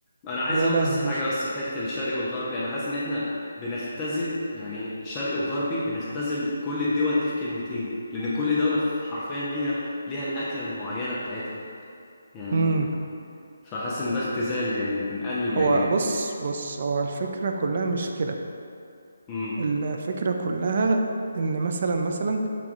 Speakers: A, on the left; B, on the right.
A: انا عايز
B: يا
A: اقول
B: لهوي
A: بس حاجه بس في حته الشرقي والغربي انا حاسس ان احنا بنختزل يعني شرقي وغربي بنختزل كل الدول دي في كلمتين لان كل دوله في- حرفيا ليها ليها الاكله المعينه بتاعتها يعني
B: امم
A: فحاسس ان ده اختزال يعني وبنقلل
B: هو
A: يعني
B: بص بص هو الفكرة كلها مش كده
A: امم
B: الفكرة كلها ان مثلا مثلا